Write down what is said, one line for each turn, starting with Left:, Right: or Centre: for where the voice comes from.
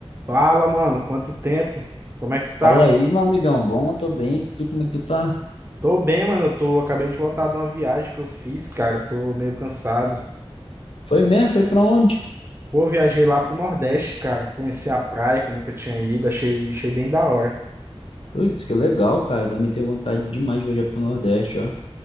Right: Fala, mano, quanto tempo? Como é que tu tá?
Left: Fala aí, meu amigão. Bom, eu tô bem. Tu, como é que tu tá?
Right: Tô bem, mano, eu tô, acabei de voltar de uma viagem que eu fiz, cara, tô meio cansado.
Left: Foi mesmo? Foi pra onde?
Right: Pô, viajei lá pro Nordeste, cara, conheci a praia que eu nunca tinha ido, achei, achei bem da hora.
Left: Putz, que legal, cara. Eu também tenho vontade demais de viajar pro Nordeste, ó.